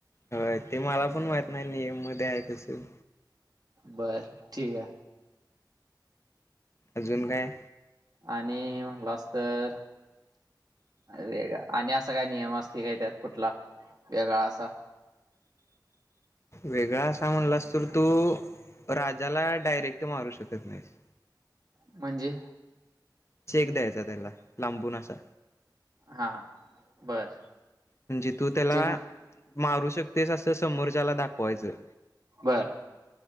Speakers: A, on the left; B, on the right.
A: हो ते मला पण माहीत नाही नियम मध्ये आहे तसं.
B: बर ठीक आहे.
A: अजून काय?
B: आणि म्हटलं अस तर वेग आणि असा काय नियम असतील काय त्यात कुठला वेगळा असा.
A: वेगळा असा म्हणला अस तर तू राजाला डायरेक्ट मारू शकत नाहीस.
B: म्हणजे
A: चेक द्यायचा त्याला लांबून असा.
B: हा बर.
A: म्हणजे तू त्याला
B: चेक
A: मारू शकतेस अस. समोरच्याला दाखवायचं तर
B: बर.